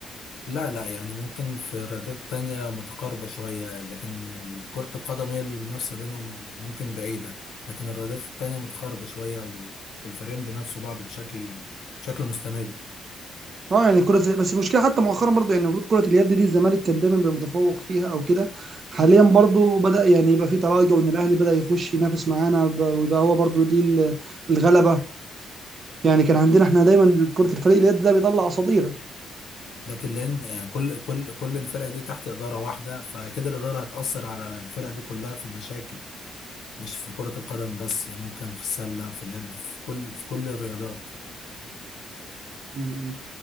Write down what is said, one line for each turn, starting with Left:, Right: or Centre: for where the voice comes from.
Left: لا لا يعني ممكن في الرياضات تانية متقاربة شوية لكن كرة القدم هي المنافسة بينهم ممكن بعيدة لكن الرياضات التانية متقاربة شوية و- والفريقين بينافسوا بعض بشكل بشكل مستمر
Right: اه يعني كره بس المشكله حتى مؤخرا برضو يعني المفروض كره اليد دي الزمالك كان دايما بيبقى متفوق فيها او كده حاليا برضو بدا يعني يبقى في تراجع وان الاهلي بدا يخش ينافس معانا ب- وده هو برضو ليه ال- الغلبه يعني كان عندنا احنا دايما كره الفريق اليد ده بيطلع اساطير
Left: لكن لان يعني كل كل كل الفرق دي تحت اداره واحده فكده الاداره هتاثر على الفرق دي كلها في المشاكل مش في كره القدم بس ممكن في السله في اليد في كل في كل الرياضات
Right: مم.